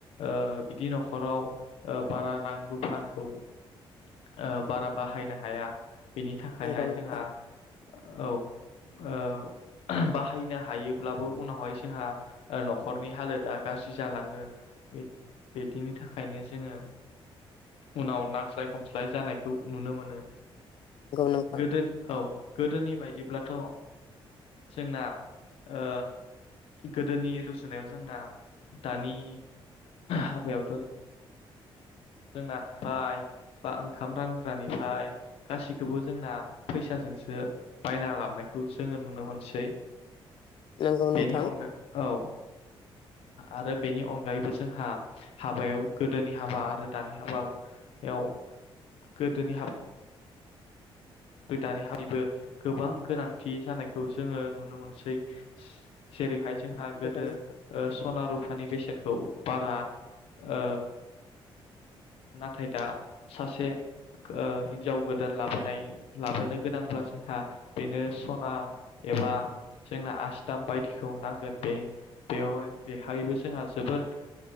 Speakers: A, on the left; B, on the left.
A: ओ बिदि न'खराव ओ बारा रां रुफाखौ ओ बारा बाहायनो हाया बेनि थाखायहाय
B: नंगौ
A: जोंहा औ ओ बाहायनो हायोब्लाबो उनावहाय जोंहा न'खरनि हालोदा गाज्रि जालाङो बि बिदिनि थाखायनो जोङो उनाव नांज्लाय खमज्लाय जानायखौ नुनो मोनो
B: नोंथां
A: गोदोनि औ गोदोनि बायदिब्लाथ' जोंना ओ गोदोनि रुजुनायाव जोंना दानि हाबायावथ' जोंना फाय बा ओंखाम रानग्रानिफाय गासैखौबो जोंना फैसाजोंसो बायना लाबनायखौ जोङो नुनो मोनसै
B: नंगौ
A: बेनि
B: नोंथां
A: अनगा औ आरो बेनि अनगायैबो जोंहा हाबायाव गोदोनि हाबा आरो दानि हाबायाव गोदोनि हाबा बे दानिहानिबो गोबां गोनांथि जानायखौ जोङो नुनो मोनसै जे जेरैहाय जोंहा गोदो
B: नंगौ नोंथां
A: ओ सना रु फानि बेसेनखौ बारा ओ नाथाय दा सासे ओ हिनजाव गोदान लाबोनाय लाबोनो गोनांब्ला जोंहा बेनो सना एबा जोंना आसिथाम बायदिखौ नांगोन बे बेवहाय बेहायबो जोंहा ओ जोबोद